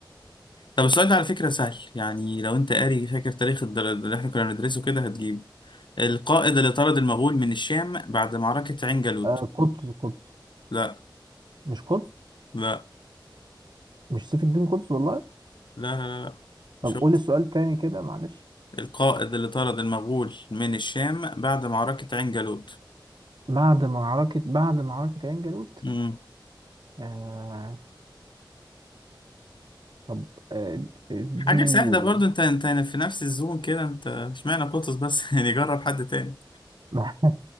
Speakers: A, on the left; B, on the right.
A: طب السؤال ده على فكرة سهل يعني لو انت قاري فاكر تاريخ الدر- اللي احنا كنا بندرسه كده هتجيبه القائد اللي طرد المغول من الشام بعد معركة عين جالوت
B: آه قطز قطز
A: لا
B: مش قطز
A: لا
B: مش سيف الدين قطز والله
A: لا لا لا مش
B: طب
A: هو
B: قول السؤال تاني كده معلش
A: القائد اللي طرد المغول من الشام بعد معركة عين جالوت
B: بعد معركة بعد معركة عين جالوت
A: مم.
B: آه طب آه، اديني
A: حاجة سهلة برضو انت انت يعني في نفس الزون كده انت اشمعنى قطز بس <laughs> يعني جرب حد تاني
B: <laughs> ما